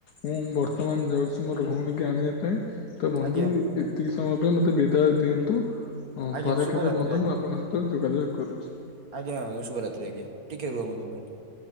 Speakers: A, on the left; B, on the right.
A: ମୁଁ ବର୍ତ୍ତମାନ ଯାଉଚି ମୋର ଭଉଣୀକୁ ଆଣିବା ପାଇଁ ତ ବନ୍ଧୁ,
B: ଆଜ୍ଞା
A: ଏତିକି ସମୟ ପାଇଁ ମତେ ବିଦାୟ ଦିଅନ୍ତୁ। ହଁ,
B: ଆଜ୍ଞା
A: ପରେ
B: ଶୁଭରାତ୍ରି
A: କେବେ ବନ୍ଧୁ
B: ଆଜ୍ଞା।
A: ମୁଁ ଆପଣଙ୍କ ସହିତ ଯୋଗାଯୋଗ କରୁଚି।
B: ଆଜ୍ଞା ବନ୍ଧୁ, ଶୁଭରାତ୍ରି ଆଜ୍ଞା, ଟିକେ ରୁହ ବନ୍ଧୁ ମୁଁ କାଟୁଚି।